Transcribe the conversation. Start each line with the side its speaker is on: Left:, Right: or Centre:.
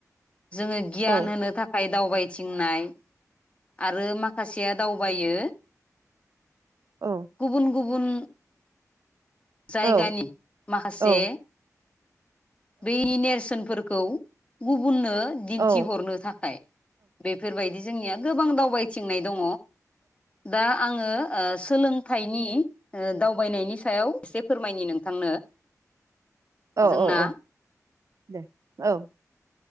Left: जोङो गियान
Right: औ
Left: होनो थाखाय दावबायथिंनाय आरो माखासेया दावबायो
Right: औ।
Left: गुबुन गुबुन जायगानि
Right: औ
Left: माखासे
Right: औ
Left: बै नेरसोनफोर खौ गुबुननो दिन्थिहरनो
Right: औ
Left: थाखाय बेफोरबायदि जोंनिया गोबां दावबायथिंनाय दङ दा आङो ओ सोलोंथाइनि ओ दावबायनायनि सायाव एसे फोरमायनि नोंथांनो।
Right: औ
Left: जोंना
Right: औ औ दे औ।